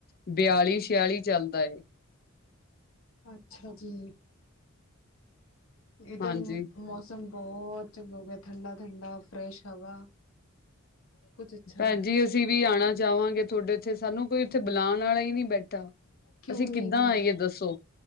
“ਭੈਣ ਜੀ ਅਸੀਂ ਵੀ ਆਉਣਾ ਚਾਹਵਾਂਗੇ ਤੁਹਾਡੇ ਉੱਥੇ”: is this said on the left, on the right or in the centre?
Left